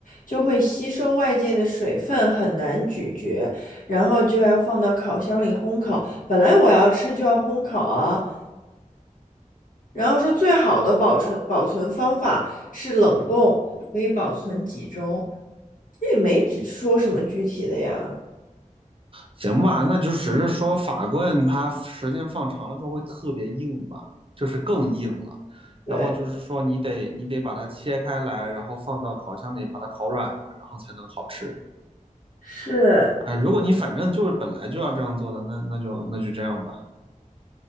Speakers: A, on the left; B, on the right.
A: 就会吸收外界的水分，很难咀嚼，然后就要放到烤箱里烘烤。本来我要吃就要烘烤啊，然后说最好的保存保存方法是冷冻，可以保存几周，这也没只说什么具体的呀。
B: 行吧，那就只是说法棍它时间放长了之后会特别硬吧，就是更硬了。
A: 对，
B: 然后就是说你得你得把它切开来，然后放到烤箱里把它烤软了，然后才能好吃。
A: 是。
B: 啊，如果你反正就是本来就要这样做的，那那就那就这样吧。